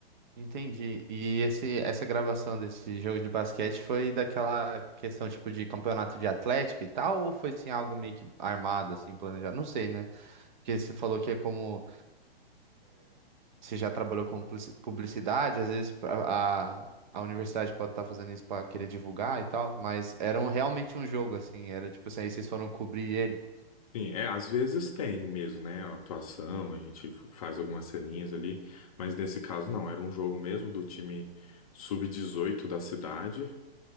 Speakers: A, on the right (about 50°); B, on the left (about 35°).
A: Entendi. E esse, essa gravação desse jogo de basquete foi daquela questão tipo de campeonato de atlética e tal, ou foi assim algo meio que armado, assim, planejado? Não sei, né? Porque você falou que é como você já trabalhou com publici- publicidade, às vezes a, a, a universidade pode estar fazendo isso para querer divulgar e tal, mas era um- realmente um jogo, assim, era tipo assim, aí vocês foram cobrir ele.
B: Sim, é, às vezes tem mesmo, né? A atuação, a gente f- faz algumas ceninhas ali, mas nesse caso não, era um jogo mesmo do time sub dezoito da cidade